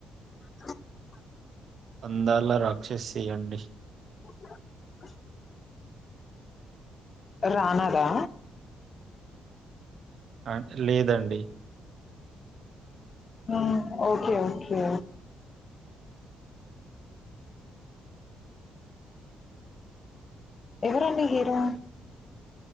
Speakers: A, on the left; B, on the right.
A: <inaudible>
B: అందాల రాక్షసి అండి.
A: <inaudible> రానా దా
B: ఆ లేదండి.
A: మ్ ఓకే ఓకే ఎవరండి hero?